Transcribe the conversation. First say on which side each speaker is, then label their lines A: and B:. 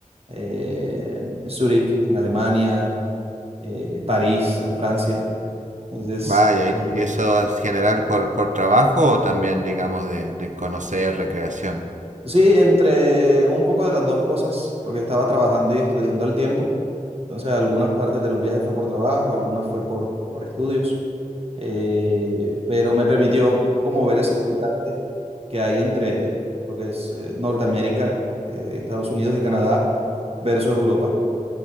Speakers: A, on the right (about 45°); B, on the right (about 60°).
A: eh, Zúrich en Alemania, eh, París en Francia. Entonces,
B: vaya,
A: ahí-
B: ¿y y eso es general por, por trabajo o también, digamos, de, de conocer, recreación?
A: sí, entre un poco de las dos cosas, porque estaba trabajando y estudiando al tiempo. Entonces, algunas partes de los viajes fue por trabajo, algunas fue por, por estudios, eh, pero me permitió como ver ese contraste que hay entre lo que es eh, Norteamérica, eh, Estados Unidos y Canadá versus Europa.